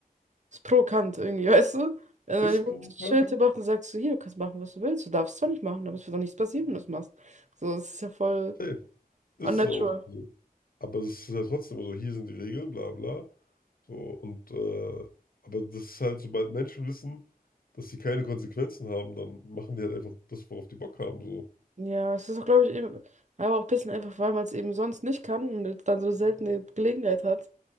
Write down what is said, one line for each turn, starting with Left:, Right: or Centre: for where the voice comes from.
Right: ist provokant irgendwie, <laughs> weißt du? Wenn man
Left: Ist es provokant?
Right: wirklich ein Schild macht und sagt so, hier, du kannst machen, was du willst. Du darfst zwar nicht machen, aber es wird doch nichts passieren, wenn du es machst. So, es ist ja voll
Left: Safe. Ist
Right: unnatural.
Left: es auch. So. Aber es ist ja trotzdem so, hier sind die Regeln, bla bla. So, und äh, aber das ist halt, sobald Menschen wissen, dass sie keine Konsequenzen haben, dann machen die halt einfach das, worauf die Bock haben. So.
Right: Ja, es ist auch, glaube ich, eben, aber auch ein bisschen einfach, weil man es eben sonst nicht kann und jetzt dann so eine seltene Gelegenheit hat,